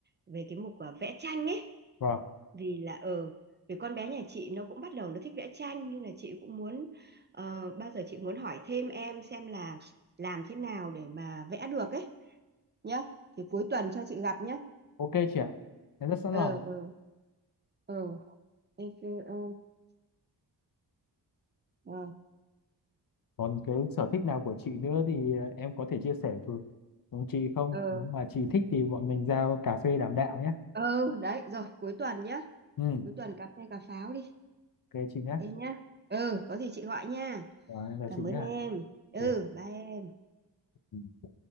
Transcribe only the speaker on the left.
vâng
ok chị ạ em rất sẵn
lòng
còn cái sở thích nào của chị nữa thì ờ, em có thể chia sẻ với cùng chị không
Nếu mà chị thích thì bọn mình ra cà phê đàm đạo nhé
ừ
ok chị nhé
rồi em chào
chị nhé
chị ạ.
Ừ.